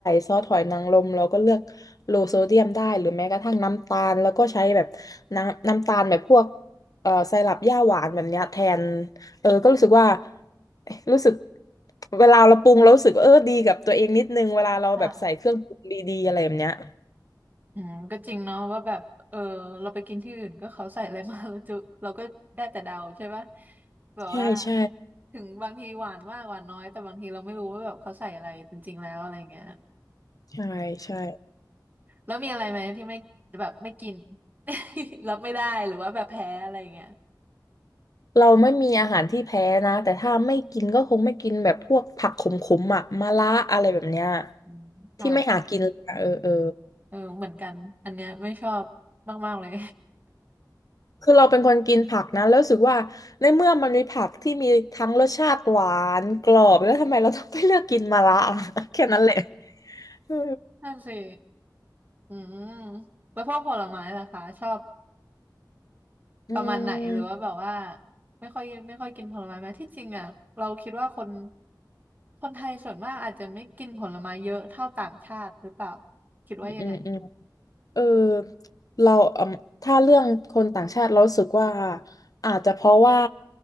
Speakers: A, on the left; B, on the right.
A: ซอสหอยนางรมเราก็เลือกโลโซเดียมได้หรือแม้กระทั่งน้ำตาลแล้วก็ใช้แบบน้ำน้ำตาลแบบพวกเอ่อไซรัปหญ้าหวานแบบเนี้ยแทนเออก็รู้สึกว่าเอ๊ะรู้สึกเวลาเราปรุงเรารู้สึกว่าเออดีกับตัวเองนิดนึงเวลาเราแบบใส่เครื่องปรุงดีๆอะไรแบบเนี้ย
B: ค่ะอืมก็จริงเนาะว่าแบบเออเราไปกินที่อื่นก็เขาใส่อะไรมาแล้วจุ <laughs> เราก็ได้แต่เดาใช่ปะแบบว่า
A: ใช่ใช่
B: ถึงบางทีหวานมากหวานน้อยแต่บางทีเราไม่รู้ว่าแบบเขาใส่อะไรจริงๆแล้วอะไรเงี้ย
A: ใช่ใช่
B: แล้วมีอะไรไหมที่ไม่แบบไม่กิน <laughs> รับไม่ได้หรือว่าแบบแพ้อะไรอย่างเงี้ย
A: เราไม่มีอาหารที่แพ้นะแต่ถ้าไม่กินก็คงไม่กินแบบพวกผักขมๆอ่ะมะระอะไรแบบเนี้ย
B: อืมค่ะ
A: ที่ไม่หากินเลยอะเออเออ
B: เออเหมือนกันอันเนี้ยไม่ชอบมากๆเลย
A: คือเราเป็นคนกินผักนะแล้วรู้สึกว่าในเมื่อมันมีผักที่มีทั้งรสชาติหวานกรอบแล้วทำไมเราต้องไปเลือกกินมะระอะ <laughs> แค่นั้นแหละเออ
B: <laughs> นั่นสิอืมแล้วพวกผลไม้ล่ะคะชอบ
A: อื
B: ประมาณไหนหรือว่าแบบว่า
A: ม
B: ไม่ค่อยไม่ค่อยกินผลไม้ไหมที่จริงอ่ะเราคิดว่าคนคนไทยส่วนมากอาจจะไม่กินผลไม้เยอะเท่าต่างชาติหรือเปล่าคิดว่ายังไง
A: อืมอืม เออเราอืมถ้าเรื่องคนต่างชาติเรารู้สึกว่าอาจจะเพราะว่า